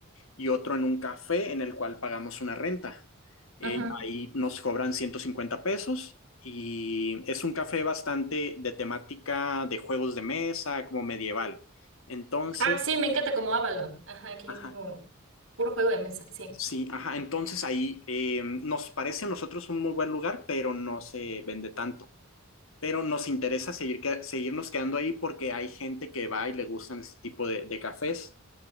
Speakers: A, on the left; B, on the right.
A: y otro en un café en el cual pagamos una renta. Eh,
B: ujú.
A: ahí nos cobran 150 pesos y es un café bastante de temática de juegos de mesa, como medieval. Entonces,
B: Ah, sí, me encanta como Avalon. Ajá, que
A: ajá,
B: es como puro juego de mesa, sí.
A: sí, ajá, entonces ahí eh, nos parece a nosotros un muy buen lugar, pero no se vende tanto. pero nos interesa seguir que, seguirnos quedando ahí porque hay gente que va y le gustan ese tipo de, de cafés.